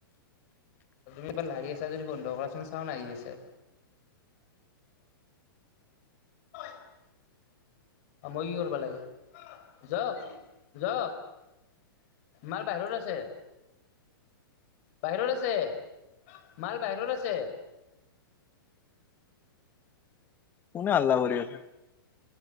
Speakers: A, on the left (about 40°); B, on the left (about 15°).
A: তুমি এবাৰ লাৰি আছা যদি বন্ধ কৰাচোন চাওন আহি আছে। <unintelligible> অ' মই কি কৰবা লাগে? যক যক। মাল বাহিৰত আছে। বাহিৰত আছে। <unintelligible> মাল বাহিৰত আছে।
B: কোনে হাল্লা কৰি আছে?